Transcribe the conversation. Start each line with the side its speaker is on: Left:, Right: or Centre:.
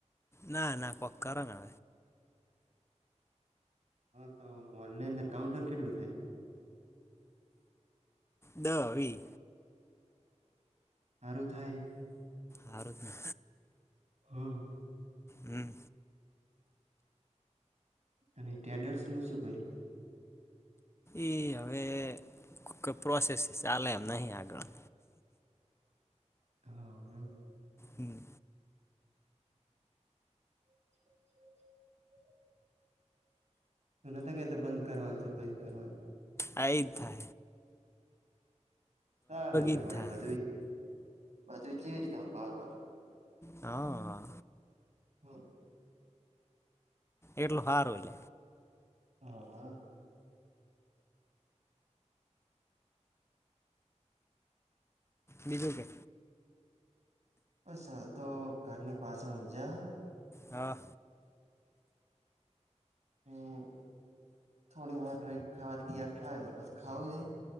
Left: ના ના કોક્કર ન હ.
Right: હા તો મોલની અંદર કાઉન્ટર કેટલું થાય?
Left: દહ વી.
Right: હારું થાય.
Left: હારું જ ને
Right: હમ્મ.
Left: હમ્મ.
Right: અને ટેડર્સ નું શું કર્યું?
Left: એઈ હવે પ્રોસેસ ચાલે એમ નહી આગળ.
Right: હઅ.
Left: હમ્મ.
Right: <inaudible> તો નતા કહે તો બંધ કરવાનું છે બંધ કરવાનું.
Left: થાય થા.
Right: ચલે તો
Left: ઈ જ
Right: મળી
Left: થાય
Right: બધું બધું કેવી રીતેમ ભવાનું?
Left: હા હા.
Right: હા.
Left: એટલું સારું હ.
Right: હા.
Left: બીજુંકે?
Right: અ સાલ તો ઘરની પાછળ જહે.
Left: હા.
Right: હમ થોડી વાર ખા તયાર થાય તો પસ ખાવજે